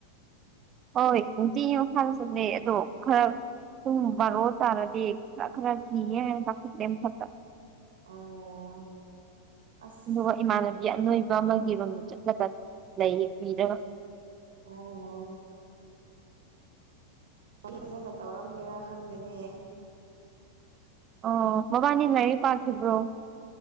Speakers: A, on the right; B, on the right.
A: ꯍꯣꯏ ꯅꯨꯡꯇꯤꯒꯤ ꯃꯈꯥꯗ ꯆꯠꯂꯦ ꯑꯗꯣ ꯈꯔ ꯄꯨꯡ ꯕꯥ‌ꯔ‌ꯣ ꯇꯥꯔꯗꯤ ꯈꯔ ꯈꯔ ꯀꯤꯌꯦ ꯍꯥꯏꯅ ꯀꯥꯈꯠꯂꯦ ꯃꯥꯊꯛ
B: ꯑꯣ ꯑꯁ
A: ꯑꯗꯨꯒ ꯏꯃꯥꯟꯅꯕꯤ ꯑꯅꯣꯏꯕ ꯑꯃꯒꯤꯔꯣꯝꯗ ꯆꯠꯂꯒ ꯂꯩꯌꯦ ꯀꯨꯏꯔꯔ‌ꯣꯏ
B: ꯑꯣ ꯑꯩ ꯐꯖꯅ ꯇꯧꯔꯝꯒꯦꯔ ꯈꯪꯗꯦꯅꯦ
A: ꯑꯣ ꯃꯕꯥꯅꯤ ꯂꯥꯏꯔꯤꯛ ꯄꯥꯈꯤꯕ꯭ꯔꯣ